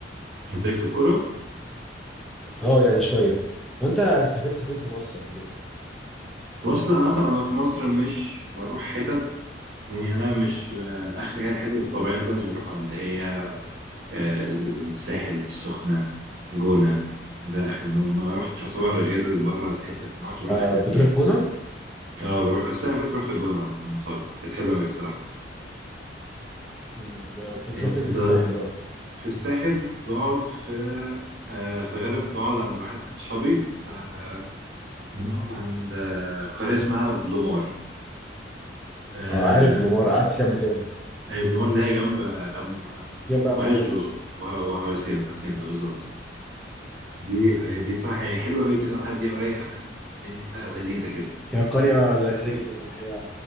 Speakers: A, on the right; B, in the centre.
A: انت ليك في الكوره
B: اه يعني شويه وانت سافرت فين في مصر قبل كده
A: في مصر لا انا أصلاً انا في مصر مش بروح حتت يعني انا مش آه، اخري هي الحتت الطبيعيه اللي كل الناس بيروحوها اللي هي آه، الساحل السخنه الجونه ده اخري ما ما رحتش يعتبر غير بره الحتت ما رحتش بره
B: آه
A: الحتت دي
B: بتروح
A: يعني
B: هنا
A: اه بروح السنه اللي فاتت رحت الجونه مثلا مع صحابي كانت حلوه قوي الصراحه
B: مم، ب- بتروح
A: إن-
B: فين
A: انت
B: في الساحل بقى
A: في الساحل بقعد في آه في غالب بقعد عند واحد من صحابي آه بنقعد عند آه قرية اسمها بلومار آه
B: اه عارف منوار قعدت فيها قبل كده
A: أيوة بلومار اللي هي جنب آه، أم أم-
B: يا بقى
A: أمواج
B: مواج
A: و- وه- وهرسين هرسين ده بالظبط دي آه دي صراحة هي حلوة أوي كده وهادية ورايقة فاهم دنيتها لذيذة كده
B: هي قريه لذيذه جدا الحقيقه